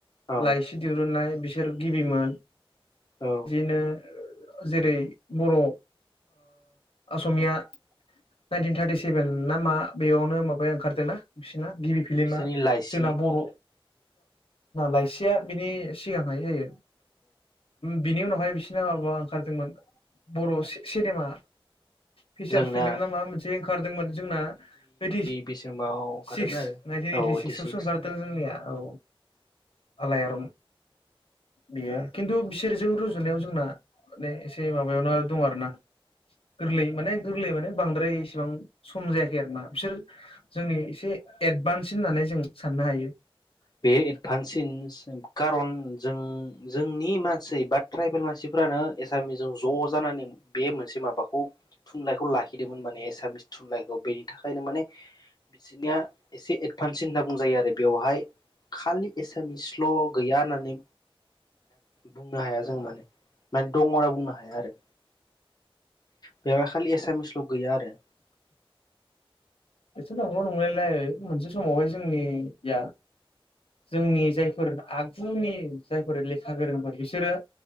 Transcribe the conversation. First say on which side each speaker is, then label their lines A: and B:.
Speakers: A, on the left; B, on the left.
A: औ
B: लाइसि दिरुननाय बिसोर गिबिमोन
A: औ
B: नों जेरै बर' ओ असमिया नाइनटिन थार्टि सेभेन ना मा बेयावनो माबाया ओंखारदोंना गिबि फिलमा
A: बिसोरनि लाइसि
B: जोंना बर' लाइसि <unintelligible> बिनि सिगांहाय जायो बिनि उनाव ओमफाय बिसोरना माबा ओंखारदोंमोन बर' सि-सिनेमा फिसार
A: जोंना
B: फिल्म नामा मोनसे ओंखारदोंमोन जोंना ओइटि
A: बेसिमाव ओंखारदोंमोन
B: सिक्स
A: आरो
B: नाइनटिन
A: औ
B: ओइटि सिक्सवसो
A: सिक्स
B: ओंखारदों जोंनिया औ आलायारन गैया खिन्थु बिसोरजों रुजु जुनायाव जोंना माने एसे माबायावनो दं आरो ना गोरलै माने गोरलै माने बांद्राय इसेबां सम जायाखै आरो ना बिसोर जोंनि एसे एदभान्स होननानै जों साननो हायो
A: बे एडभान्सिनस कारन जों जोंनि मान सै बा ट्राइबेल मानसिफ्रानो एसामिसजों ज' जानानै बे मोनसे माबाखौ थुनलाइखौ लाखिदोंमोन माने एसामिस थुनलाइखौ बेनि थाखायनो माने बिसोरनिया एसे एडभान्स होनना बुंजायो आरो आरो बेवहाय खालि एसामिस स्लग गैया होननानै बुंनो हाया जों माने माने दङ होनना बुंनो हाया आरो बेयाव खालि एसामिस गैया आरो
B: बेथ' नंगौ नंनायलाय मोनसे समावहाय जोंनिया जोंनि जायफोर आगुनि जायफोर लेखा गोरोंफोर बिसोरो